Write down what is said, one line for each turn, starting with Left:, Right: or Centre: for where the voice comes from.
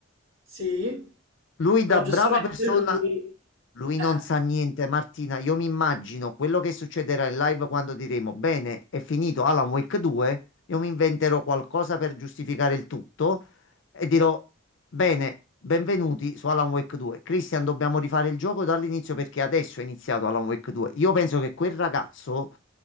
Right: sì,
Left: Lui
Right: però
Left: da brava
Right: giustamente
Left: persona,
Right: lui...
Left: lui
Right: Eh.
Left: non sa niente. Martina, io mi immagino quello che succederà in live quando diremo, bene, è finito Alan Wake 2, io mi inventerò qualcosa per giustificare il tutto e dirò, bene, benvenuti su Alan Wake 2. Christian, dobbiamo rifare il gioco dall'inizio perché adesso è iniziato Alan Wake 2. Io penso che quel ragazzo